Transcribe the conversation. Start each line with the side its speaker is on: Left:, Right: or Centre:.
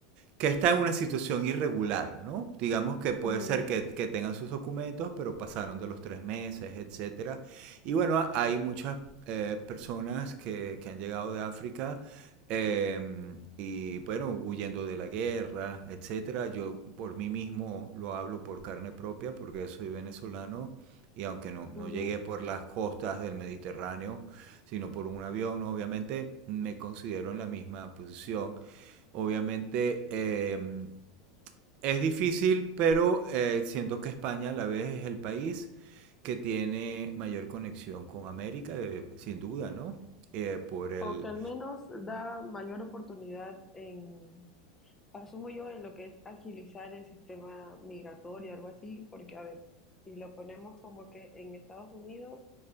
Right: que está en una situación irregular, ¿no? Digamos que puede
Left: Ajá,
Right: ser que, que tengan sus documentos, pero pasaron de los tres meses, etcétera. Y bueno, hay muchas eh, personas que, que, han llegado de África eh, y bueno, huyendo de la guerra, etcétera. Yo por mí mismo lo hablo por carne propia porque soy venezolano y aunque no, no
Left: ujú.
Right: llegué por las costas del Mediterráneo, sino por un avión, obviamente me considero en la misma posición. Obviamente eh, es difícil, pero eh, siento que España a la vez es el país que tiene mayor conexión con América, eh, sin duda, ¿no? Eh, por el...
Left: o que al menos da mayor oportunidad en, asumo yo, en lo que es agilizar el sistema migratorio, algo así, porque a ver, si lo ponemos como que en Estados Unidos,